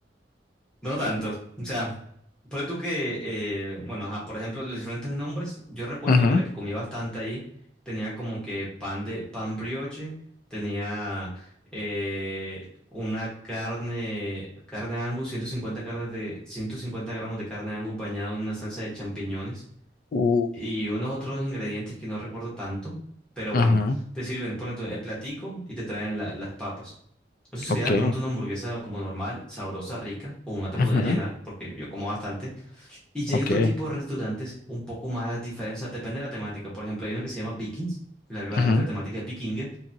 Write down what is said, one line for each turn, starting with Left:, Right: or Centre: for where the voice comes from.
Centre: No tanto. O sea, por tú que, eh, bueno, ajá, por ejemplo, los diferentes nombres, yo recuerdo
Left: Ujú,
Centre: que la que comía bastante ahí tenía como que pan de pan brioche, tenía eh, una carne, carne Angus, 150, carne de, 150 gramos de carne Angus bañada en una salsa de champiñones
Left: Uh.
Centre: y unos otros ingredientes que no recuerdo tanto, pero
Left: ujú,
Centre: bueno, te sirven, ponen tu- el platico y te traen la- las papas. Eso sería
Left: Ok.
Centre: de pronto una hamburguesa como normal, sabrosa, rica, o una te
Left: ujú,
Centre: podría llenar, porque yo como bastante. Y ya
Left: Ok.
Centre: hay otro tipo de restaurantes un poco más diferentes, o sea, depende de la temática. Por ejemplo, hay uno que se llama Vikings, la- claramente
Left: ujú,
Centre: la temática es vikinga,